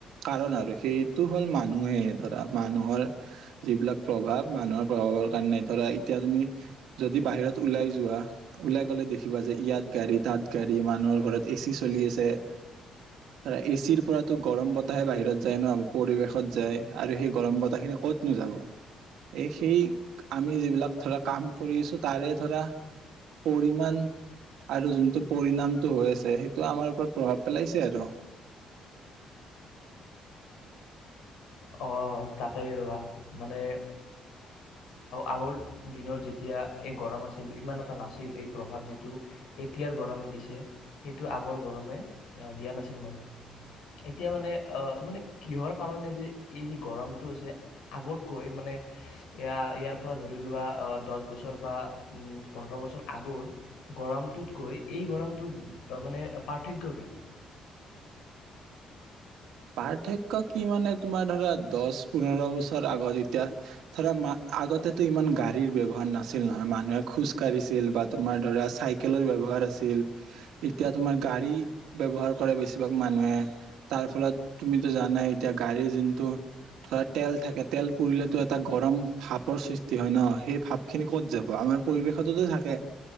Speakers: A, on the right; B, on the left.
A: কাৰণ আৰু সেইটো হ'ল মানুহে ধৰা মানুহৰ যিবিলাক প্ৰভাৱ মানুহৰ প্ৰভাৱৰ কাৰণে ধৰা এতিয়া তুমি যদি বাহিৰত ওলাই যোৱা ওলাই গ'লে দেখিবা যে ইয়াত গাড়ী তাত গাড়ী মানুহৰ ঘৰত এ চি চলি আছে। ধৰা এচিৰ পৰাতো গৰম বতাহে বাহিৰত যায় ন' পৰিৱেশত যায় আৰু সেই গৰম বতাহ খিনি ক'ত নোযাব এই সেই আমি যিবিলাক ধৰা কাম কৰি আছো তাৰে ধৰা পৰিমানমান আৰু যোনটো পৰিণামটো হৈ আছে সেইটো আমাৰ ওপৰত প্ৰভাৱ পেলাইছে আৰু।
B: অ', তাকেই ৰ'বা মানে আগৰ দিনৰ যেতিয়া এই গৰম আছিল ইমান এটা নাছিল এই প্ৰভাৱ যিটো এতিয়াৰ গৰমে দিছে সেইটো আগৰ গৰমে দিয়া নাছিল মানে এতিয়া মানে মানে কিহৰ কাৰণে যে এই যি গৰমটো আছে আগতকৈ মানে এ ইয়াৰ পৰা ধৰি লোৱা দহ বছৰ বা পোন্ধৰ বছৰ আগৰ গৰমটোতকৈ এই গৰমটোত মানে পাৰ্থক্য কি?
A: পাৰ্থক্য কি মানে তোমাৰ ধৰা দছ পোন্ধৰ বছৰ আগত এতিয়া ধৰা আগতেতো ইমান গাড়ীৰ ব্যৱহাৰ নাছিল নহয় মানুহে খোজ কাঢ়িছিল বা তোমাৰ ধৰা চাইকেলৰ ব্যৱহাৰ আছিল এতিয়া তোমাৰ গাড়ী ব্যৱহাৰ কৰে বেছিভাগ মানুহে তাৰ ফলত তুমিটো জানাই এতিয়া গাড়ীৰ যোনটো ধৰা তেল থাকে তেল পৰিুলেতো এটা গৰম ভাপৰ সৃষ্টি হয় ন সেই ভাপ খিনি কত যাব আমাৰ পৰিৱেশততো থাকে